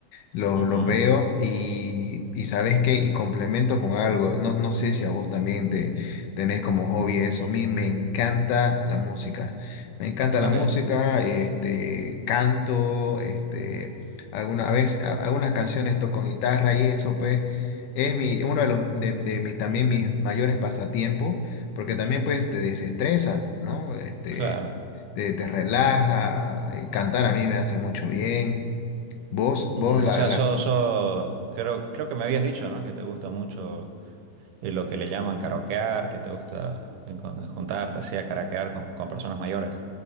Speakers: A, on the left; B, on the right.
A: Los,
B: Ujú.
A: los veo y, y sabes qué, y complemento con algo, no, no sé si a vos también te tenés como hobby eso, a mí me encanta la música, me encanta la
B: Ok,
A: música, este, canto, este, alguna vez, a- algunas canciones toco con guitarra y eso pues es mi, uno de los, de, de mis, también mis mayores pasatiempos, porque también pues te desestresa, ¿no? Este,
B: claro.
A: te, te relaja, eh, cantar a mí me hace mucho bien. Vos, vos
B: Ujú.
A: la,
B: O sea,
A: la-
B: so, so- creo, creo que me habías dicho, ¿no? Que te gusta mucho. Y lo que le llaman karaokear, que te gusta encon- juntarte así a karaokear con, con personas mayores.